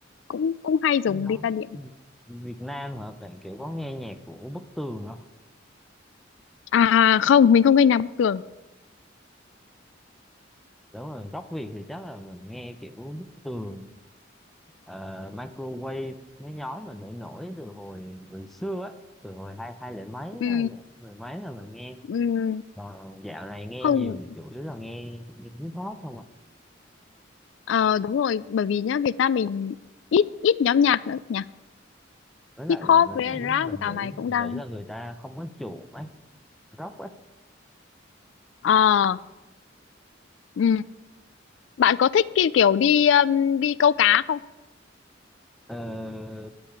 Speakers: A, on the left (about 75°); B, in the centre.
A: cũng cũng hay dùng
B: cái nhóm
A: guitar điện
B: ừ, Việt Nam hả bạn kiểu có nghe nhạc của Bức Tường không
A: À không, mình không gây nám tường.
B: nếu mà rock Việt thì chắc là mình nghe kiểu Bức Tường ờ, Microwave mấy nhóm mà nổi nổi từ hồi hồi xưa á từ hồi hai hai lẻ mấy
A: ừ,
B: hay là mười mấy là mình nghe
A: ừ,
B: Còn dạo này nghe
A: không
B: nhiều thì chủ yếu là nghe, nghe hip hop không ạ
A: ờ, đúng rồi bởi vì nhá Việt Nam mình ít ít nhóm nhạc nữa nhỉ
B: với lại
A: hip
B: là
A: hop
B: mình
A: với
B: nghĩ
A: rap
B: mình
A: dạo
B: nghĩ
A: này cũng
B: mình
A: đang
B: nghĩ là người ta không có chuộng ấy rock ấy
A: ờ Ừ. bạn có thích cái kiểu đi um, đi câu cá không
B: ờ,